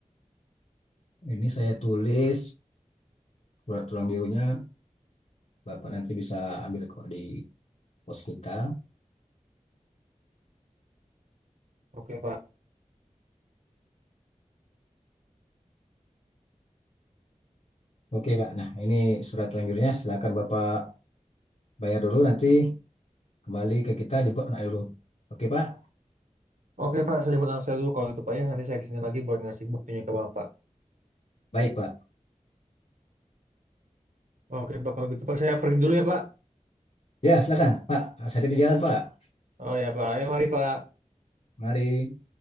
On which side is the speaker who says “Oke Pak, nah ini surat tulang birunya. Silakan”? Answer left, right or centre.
Left